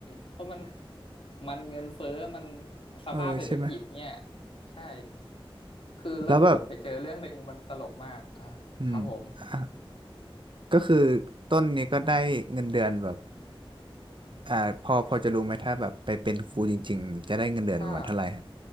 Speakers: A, on the left; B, on the right.
A: เพราะมันมันเงินเฟ้อมันสภาพเศรษฐกิจเนี่ย
B: เออใช่ไหม
A: ใช่ คือแล้วผมไปเจอเรื่องหนึ่งมันตลกมากอ่ะครับผม
B: แล้วแบบอืมอ่ะก็คือต้นนี้ก็ได้เงินเดือนแบบ อ่าพอพอจะรู้ไหมถ้าแบบไปเป็นครูจริงๆจะได้เงินเดือนประมาณเท่าไหร่ฮะ
A: ถ้า